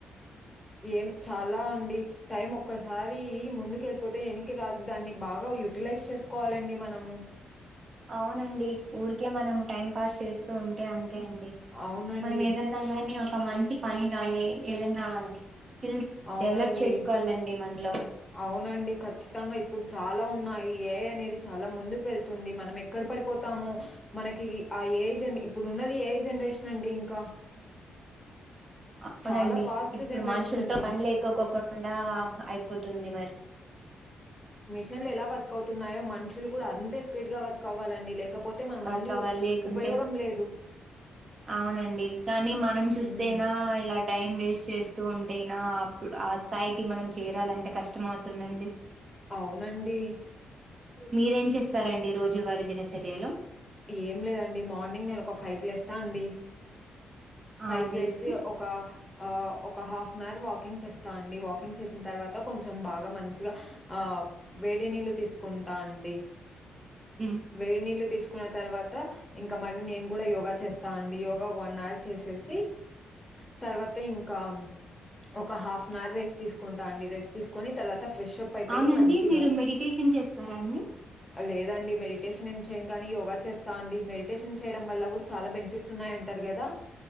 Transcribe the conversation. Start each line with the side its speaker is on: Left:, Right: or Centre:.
Left: ఏం చాలా అండి టైం ఒక్కసారి ముందుకి వెళ్ళిపోతే యెనాక్కి రాదు. దాన్ని బాగా యూటిలైజ్ చేసుకోవాలిండి మనము.
Right: అవునండి ఊరికే మనం టైం పాస్ చేస్తూ ఉంటే అంతే అండి
Left: అవునండి.
Right: మనం ఏద కానీ ఒక మంచి పని గాని ఏదైన్నా స్కీల్స్
Left: అవునండి.
Right: డెవలప్ చేసుకోవాలండి మనలో
Left: అవునండి ఖచ్చితంగా ఇప్పుడు చాలా ఉన్నాయి ఏఐ అనేది చాలా ముందుకు వెళ్తు తొంది మనం ఎక్కడ పడిపోతామో మనకి ఆ ఏఐ ఇప్పుడు ఉన్నది ఏ జనరేషన్ అండి ఇంకా
Right: ఉ అవునండి
Left: చాలా ఫాస్ట్
Right: ఇప్పుడు
Left: జనరేషన్
Right: మనుషులతో
Left: అండి.
Right: పన్ లేకోకోకుండా అయిపోతుంది మరి
Left: న్లు ఎలా వర్క్ అవుతున్నాయో మనుషులు కూడా అంతే స్పీడ్ గా వర్క్ అవ్వాలండి లేకపోతే మనం
Right: వర్క్
Left: ఉండి
Right: అవాల లేకుంటే
Left: ఉపయోగం లేదు.
Right: అవునండి కానీ మనం చూస్తేనా
Left: హ్మ్.
Right: ఇలా టైం వేస్ట్ చేస్తూ ఉంటేయినా ఆ స్థాయికి మనం చేరాలంటే కష్టం అవుతుందండి.
Left: అవునండి
Right: మీరేం చేస్తారండి రోజువారి దినచర్యలో?
Left: ఇ ఏం లేదండి మార్నింగ్ నేను ఒక ఫైకి లెస్తా అండి. ఫైకి
Right: ఆ లేసి
Left: లెసి ఒక ఆ ఒక హాఫ్ అన్ అవర్ వాకింగ్ చేస్తా అండి వాకింగ్ చేసిన తర్వాత కొంచెం బాగా మంచిగా ఆ వేడి నీళ్ళు తీసుకుంటా అండి.
Right: మ్
Left: వేడి నీళ్లు తీసుకున్న తర్వాత ఇంకా మరి నేను కూడా యోగా చేస్తా అండి. యోగా వన్ అవర్ చేసేసి తర్వాత ఇంకా ఒక హాఫ్ అన్ అవర్ రెస్ట్ తీసుకుంటాండి రెస్ట్ తీసుకుని తర్వాత ఫ్రెష్ అప్ అయిపోయి
Right: అవునండి
Left: మంచిగా
Right: మీరు మెడిటేషన్ చేస్తారా అండి?
Left: లేదండి మెడిటేషన్ ఏం చేయను కాని యోగా చేస్తా అండి. మె డిటేషన్ చేయడం వల్ల కూడా చాలా బెనిఫిట్స్ ఉన్నాయంటారు కదా.